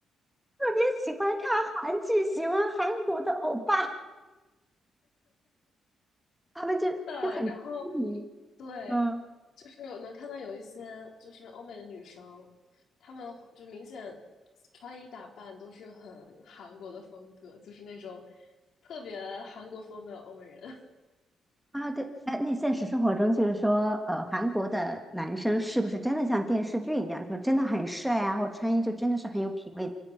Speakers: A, in the centre; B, on the left (about 70°).
A: 别喜欢看韩剧，喜欢韩国的欧巴，他们就就很痴迷。
B: 是的。然后，对，
A: 嗯。
B: 就是我能看到有一些就是欧美的女生，她们会就明显穿衣打扮都是很韩国的风格，就是那种特别韩国风的欧美人。
A: 啊，对，哎，那现实生活中就是说，呃，韩国的男生是不是真的像电视剧一样，就是真的很帅啊，或穿衣就真的是很有品味，